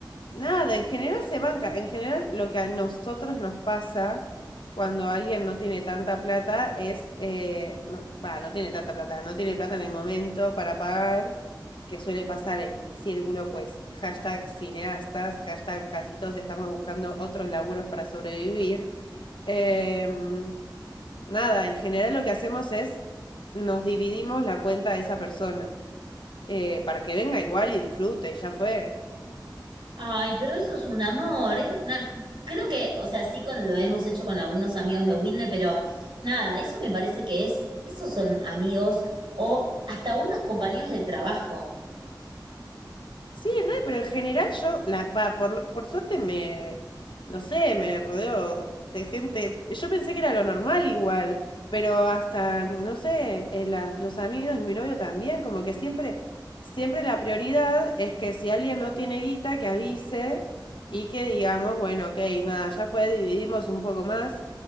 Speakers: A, on the left; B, on the right.
A: nada, en general se banca. En general lo que a nosotros nos pasa cuando alguien no tiene tanta plata es, eh, no, va, no tiene tanta plata, no tiene plata en el momento para pagar, que suele pasar en mi círculo, pues hashtag cineastas, hashtag casi todos estamos buscando otros laburos para sobrevivir. Em, nada, en general lo que hacemos es nos dividimos la cuenta de esa persona eh, para que venga igual y disfrute y ya fue.
B: Ay, pero eso es un amor, es na- creo que, o sea, sí con, lo hemos hecho con algunos amigos de Wilde, pero nada, eso me parece que es, esos son amigos o hasta buenos compañeros de trabajo.
A: Sí, re, pero en general yo, la, va, por, por suerte me, no sé, me rodeo de gente, yo pensé que era lo normal igual, pero hasta, no sé, eh, las- los amigos de mi novio también, como que siempre, siempre la prioridad es que si alguien no tiene guita, que avise y que digamos, bueno, ok, nada, ya fue, dividimos un poco más